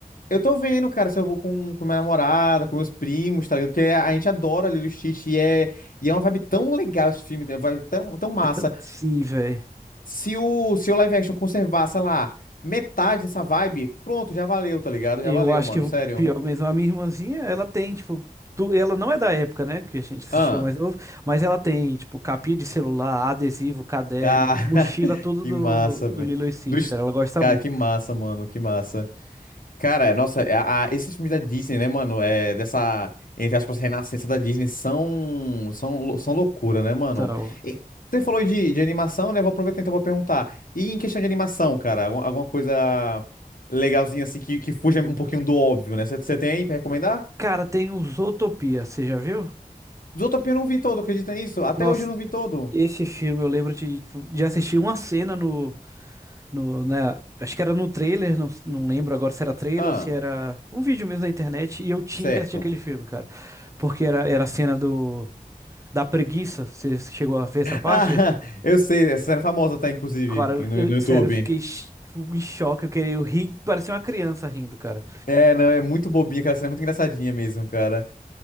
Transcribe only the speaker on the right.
É tanto- Sim, velho.
Eu
acho
que o
pior mesmo. A minha irmãzinha, ela tem, tipo. tu- Ela não é da época, né? Que a gente assistia
mais novo. Mas ela tem, tipo, capinha de celular, adesivo, caderno,
mochila,
tudo
do,
do
Lilo e Stitch,
cara. Ela gosta
muito.
Então.
Cara, tem o Zootopia, você já viu?
Nossa,
esse filme eu lembro de, tipo, de assistir uma cena no. no, né, acho que era no trailer, não, não lembro agora se era trailer
ou se era um vídeo mesmo na internet, e eu tinha
que assistir aquele filme, cara. Porque era, era a cena do, da preguiça, você chegou a ver essa parte?
Cara,
eu-
eu-
sério, eu fiquei ch- tipo, em choque, eu queria, eu ri, parecia uma criança rindo, cara.